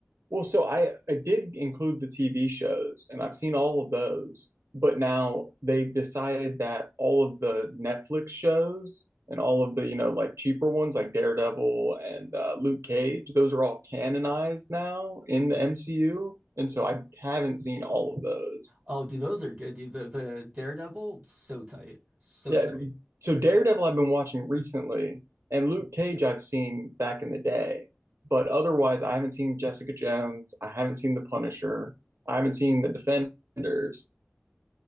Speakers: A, on the right; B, on the right.
A: Well, so I I did include the TV shows and I've seen all of those, but now they've decided that all of the Netflix shows and all of the, you know, like cheaper ones like Daredevil and uh, Luke Cage, those are all canonized now in the MCU, and so I haven't seen all of those.
B: Oh, dude, those are good, dude. The the Daredevil, so tight, so
A: Yeah,
B: tight.
A: so Daredevil I've been watching recently, and Luke Cage I've seen back in the day, but otherwise I haven't seen Jessica Jones, I haven't seen The Punisher, I haven't seen The Defenders.